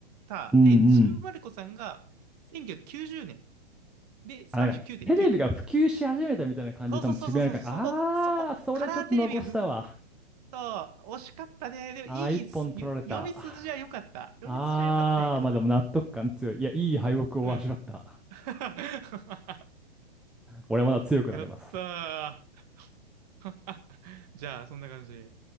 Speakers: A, on the right (about 40°); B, in the centre.
A: た。
B: うんうん。
A: で、ちびまる子さんが1990年で39.9。
B: あ、なんか、テレビが普及し始めたみたいな感じで多分ちびまる子ちゃん。
A: そうそうそうそうそう、そこ、そこ。
B: あー、それちょっと残したわ。
A: カラーテレビが復旧。そう、惜しかったね。でも、
B: あー、
A: いいす、
B: 一本取られた。
A: よ読み筋は良かった。読み筋は良かったんやけど、
B: あー、まあでも納得感強い。いや、いい敗北を味わった。
A: うん。<laughs>
B: 俺まだ強くなれます。
A: やったー。<laughs> じゃあ、そんな感じ。